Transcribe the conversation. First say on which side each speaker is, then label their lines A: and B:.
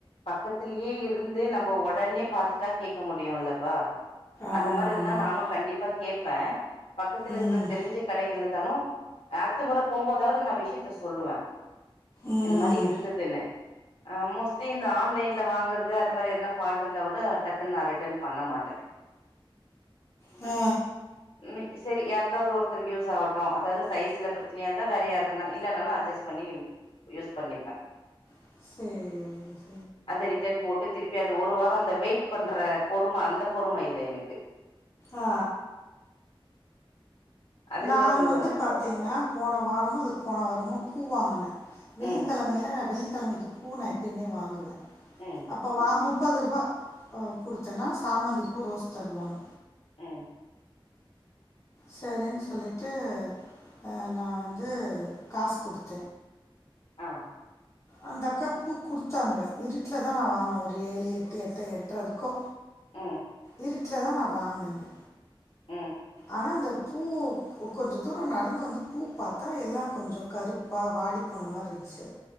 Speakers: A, on the left; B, on the left.
A: பக்கத்திலயே இருந்து நம்ப ஒடனே பாத்துட்டா கேட்க முடியு இல்லப்பா. அந்த
B: ஆமாம்
A: மார் இருந்தா
B: ஆமாம்
A: நானு கண்டிப்பா கேப்ப. பக்கத்துல
B: ம்
A: இக்கிற தெரிஞ்ச.. கடைகள் இந்தாலு அட்த்த முற போம்போதாவது நா விஷயத்த சொல்லுவ.
B: ம்
A: அந்த மாரி இருந்ததுனு.. அ மேஸ்ட்லி இந்த ஆன்லைன்ல வாங்குறது அது மாரி எதனா ஃபால்ட் இருந்தா கூட டக்குன் நா ரிட்டன் பண்ண மாட்டே. <inaudible>
B: ஆ
A: <inaudible> இன்னை சரி யார்க்காவது ஒருத்தருக்கு யூஸ் ஆவட்டு அதாவது சைஸ்ல பிரச்சனையா இருந்தா வேற யாருக்குன்னா இல்லைனாலு அஜ்ஜஸ் பண்ணி.. யூஸ் பண்ணிப்பே.
B: சேரி.
A: அத ரிட்டன் போட்டு திருப்பி அந்த ஒரு வாரொ அந்த வெயிட் பண்ற பொறும அந்த பொறும இல்ல எனக்கு.
B: ஆ..
A: அதுக்குதா
B: நாங்
A: சொல்லுவாரு
B: வந்து பாத்திங்னா போன வாரமோ அதுக் போன வாரமோ பூ வாங்குன. வெள்ளிக்கெழமையில
A: ம்
B: வெள்ளிக்கிழமைக்கு பூ நா எப்போமே வாங்குவெ.
A: ம்
B: அப்போ வா முப்பது ரூபா அ குடுத்தேனா சாமந்தி பூ ரோஸ் தருவாங்க.
A: ம்
B: சரின் சொல்லிட்டு அ நா வந்து காஸ் கொடுத்த.
A: ஆ
B: அந்த அக்கா பூ குடுத்தாங்க. இருட்ல தான் நா வாங்குன, ஒரு ஏழு, எட்டு, எட்டு, எட்டரை இருக்கு.
A: ம்
B: இருட்ல தா நா வாங்குன இங்க.
A: ம்
B: ஆனா அந்த பூ.. கொ கொஞ்சோ தூர நடந்து வந்து பூ பாத்தா எல்லா கொஞ்ச கருப்பா வாடி போன மாரி இருந்துச்சு